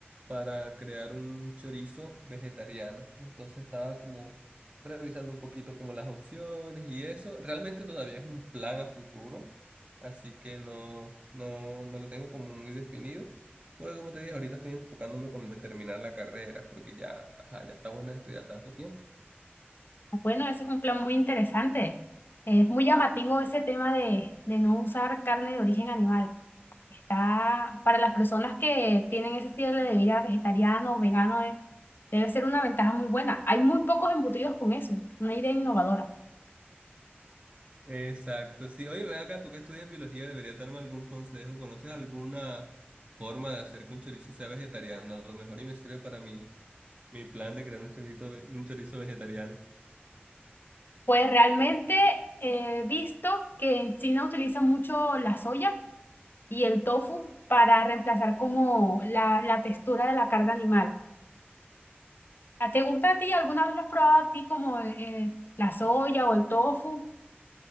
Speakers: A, on the right (about 30°); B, on the left (about 55°).
A: para crear un chorizo vegetariano. Entonces estaba como revisando un poquito como las opciones y eso. Realmente todavía es un plan a futuro, así que no, no, no lo tengo como muy definido. Porque como te dije, ahorita estoy enfocándome como en terminar la carrera, porque ya, ajá, ya está bueno estudiar tanto tiempo.
B: Bueno, ese es un plan muy interesante. Es muy llamativo ese tema de, de no usar carne de origen animal. Está para las personas que tienen ese estilo de vida vegetariano o vegano, eh, debe ser una ventaja muy buena. Hay muy pocos embutidos con eso, una idea innovadora.
A: Exacto, sí. Oye, ven acá, tú que estudias biología, deberías darme algún consejo. ¿Conoces alguna forma de hacer que un chorizo sea vegetariano? A lo mejor y me sirve para mi, mi plan de crear un chorizo, ve- un chorizo vegetariano.
B: Pues realmente he visto que en China utilizan mucho la soya y el tofu para reemplazar como la, la textura de la carne animal. ¿A- ¿Te gusta a ti? ¿Alguna vez lo has probado a ti como eh, eh, la soya o el tofu?